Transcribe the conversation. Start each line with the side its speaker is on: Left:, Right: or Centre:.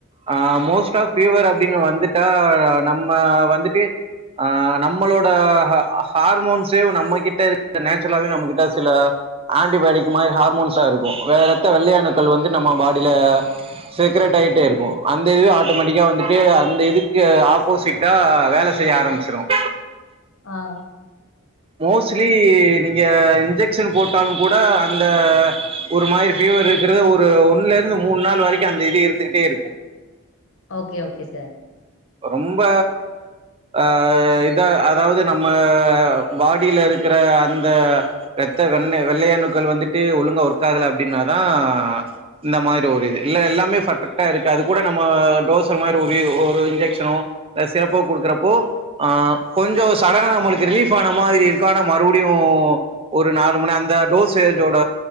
Right: ஆ மோஸ்ட்டா ஃபீவர் அப்டின்னு வந்துட்டா நம்ம வந்துட்டு ஆ நம்ளோட ஹ ஹார்மோன்ஸே நம்மகிட்ட இருக் நேச்சுரலாவே நம்மகிட்ட சில ஆன்டிபயோட்டிக் மாரி ஹார்மோன்ஸா இருக்கும் வேற ரத்த வெள்ளை அணுக்கள் வந்து நம்ம பாடில செக்ரேட் ஆய்ட்டே இருக்கும் அந்த இது ஆட்டோமேட்டிக்கா வந்துட்டு அந்த இதுக்கு ஆப்போசிட் ட்டா வேல செய்ய ஆரம்ச்சுரும்
Left: ஆ
Right: மோஸ்ட்லி நீங்க இன்ஜெக்ஷன் போட்டாலும் கூட அந்த ஒரு மாரி ஃபீவர் இருக்றது ஒரு ஒன்னுல இருந்து மூணு நாள் வரைக்கு அந்த இது இருந்துகிட்டே இருக்கும்
Left: ஓகே ஓகே சார்
Right: ரொம்ப ஆ இத அதாவது நம்ம பாடில இருக்கற அந்த ரத்த வெண்ண வெள்ளையணுக்கள் வந்துட்டு ஒழுங்கா ஒர்க்காகலே அப்டின்னாதான் இந்த மாரி ஒரு இது இல்ல எல்லாமே பர்ஃபெக்டா இருக்கு அது கூட நம்ம டோசர் மாரி ஒரு ஒரு இன்ஜெக்ஷ க்ஷனோ இல்ல சிறப்பா குடுக்குறப்போ ஆ கொஞ்சோ சடனா நம்மளுக்கு ரிலீஃப் ஆன மாதிரி இருக்கு ஆனா மறுபடியும் ஒரு நாலு மண அந்த டோஸேஜோட